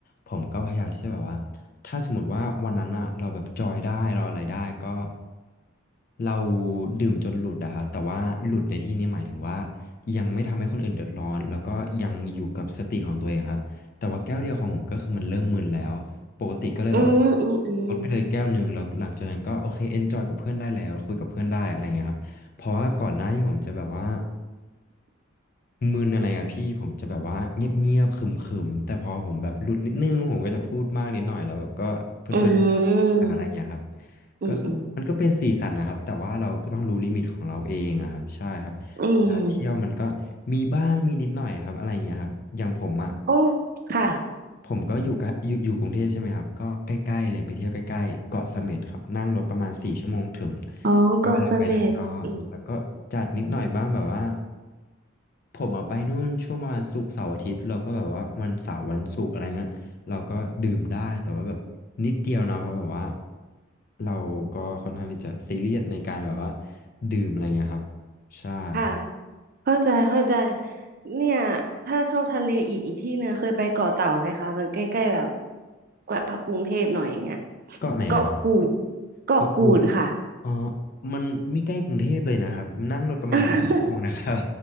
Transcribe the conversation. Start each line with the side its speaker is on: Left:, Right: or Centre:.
Left: ผมก็พยายามที่จะแบบว่าถ้าสมมติว่าวันนั้นอะเราแบบจอยได้เราอะไรได้ก็เราดื่มจนหลุดอะครับแต่ว่าหลุดในที่นี้หมายถึงว่ายังไม่ทำให้คนอื่นเดือดร้อนแล้วก็ยังอยู่กับสติของตัวเองครับแต่ว่าแก้วเดียวของผมก็คือมันเริ่มมึนแล้วปกติก็เลยแบบว่า
Right: อืมอืมอืม
Left: ลดไปเลยแก้วหนึ่งแล้วหลังจากนั้นก็โอเคเอนจอยกับเพื่อนได้แล้วคุยกับเพื่อนได้อะไรเงี้ยครับเพราะว่าก่อนหน้าที่ผมจะแบบว่า มึนอะไรอะพี่ผมจะแบบว่าเงียบๆขรึมๆแต่พอผมแบบหลุดนิดนึงผมก็จะพูดมากนิดหน่อยแล้วก็เพื่อนๆก
Right: อืมอืม
Left: ันอะไรเงี้ยครับ
Right: อืม
Left: ก็คือมันก็เป็นสีสันนะครับแต่ว่าเราก็ต้องรู้ลิมิตของเราเองอะครับใช่ครับเวลาเที่ยวมันก็
Right: อืม
Left: มีบ้างมีนิดหน่อยครับอะไรเงี้ยครับอย่างผมอะ
Right: โอ้ ค่ะ
Left: ผมก็อยู่กะอยู่อยู่กรุงเทพใช่ไหมครับก็ใกล้ๆเลยไปเที่ยวใกล้ๆเกาะเสม็ดครับนั่งรถประมาณสี่ชั่วโมงถึง
Right: อ๋อเกาะเสม็ดอืม
Left: ก็เวลาไปนั้นก็แล้วก็จัดนิดหน่อยบ้างแบบว่าผมอะไปนู่นช่วงประมาณศุกร์เสาร์อาทิตย์เราก็แบบว่าวันเสาร์วันศุกร์อะไรเงี้ยเราก็ดื่มได้แต่ว่าแบบนิดเดียวนะเพราะแบบว่าเราก็ค่อนข้างที่จะซีเรียสในการแบบว่าดื่มอะไรเงี้ยครับใช่ครับ
Right: ค่ะ เข้าใจ เข้าใจ เนี่ย ถ้าชอบทะเลอีกอีกที่เนี่ย เคยไปเกาะเต่าไหมคะ มันใกล้ๆแบบกว่ากรุงเทพหน่อยอย่างเงี้ย
Left: เก็ไหนนะครับ
Right: เกาะกูดเกาะกูดค่ะ
Left: เก็พูดอ๋อมันมีใกล้กรุงเทพเลยนะครับนั่งรถประมาณเจ็ดชั่วโมงนะครับ
Right: <laughs>